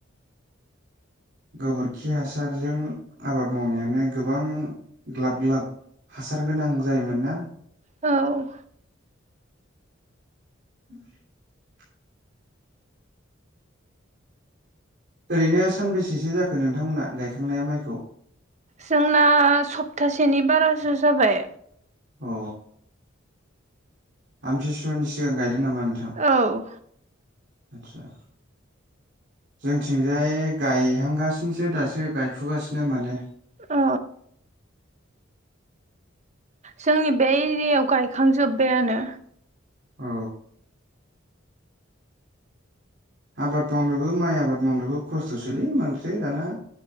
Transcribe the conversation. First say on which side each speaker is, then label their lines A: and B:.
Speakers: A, on the right; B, on the right.
A: गोबोरखि हासारजों आबाद मावनायानो गोबां ग्लाब ग्लाब हासार गोनां जायोमोन ना
B: औ
A: <unintelligible> ओरैनो सानबेसेसो जाखो नोंथांमोना गायखांनाया माइखौ
B: जोंना सप्तासेनि बारासो जाबाय
A: अ आमथिसुवानि सिगां गायदों नामा नोंथां
B: औ
A: आदसा जोंथिंजाय गायहांगासिनोसो दासो गायफुगासिनो माने
B: अ जोंनि बे एरियायाव गायखांजोब्बायानो
A: औ आबाद मावनोबो माइ आबाद मावनोबो खस्थ'सोलै माथो दाना